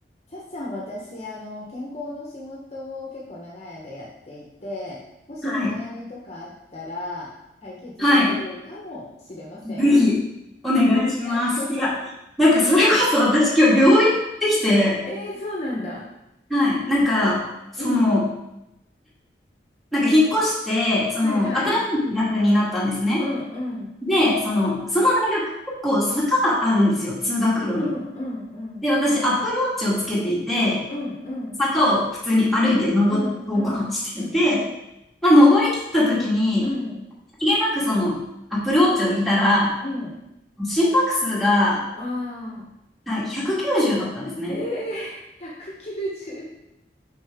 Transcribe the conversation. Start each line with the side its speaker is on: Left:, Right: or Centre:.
Left: さっさん、私、あの、健康の仕事を結構長い間やっていて、もしお悩みとかあったら解決できるかもしれません。
Centre: はい。はい。ぜひ、お願いします。
Left: <laughs>
Centre: いや、なんかそれこそ私今日病院行ってきて、
Left: えー、そうなんだ。
Centre: はい。なんか、その、
Left: うん。
Centre: なんか引っ越して、その、
Left: はいはい。
Centre: 新しい大学になったんですね。
Left: うんうん。
Centre: で、その、その大学結構坂があるんですよ、通学路に。
Left: うんうんうん。
Centre: で、私、アップルウォッチをつけていて、
Left: うんうん
Centre: 坂を普通に歩いて登って登板してて、
Left: うんうんうんうん
Centre: まあ、登り切った時に、
Left: うん
Centre: さりげなくその、アップルウォッチを見たら、
Left: うん
Centre: 心拍数が、
Left: ああ
Centre: はい、190だったんですね。
Left: ー。ええー、190。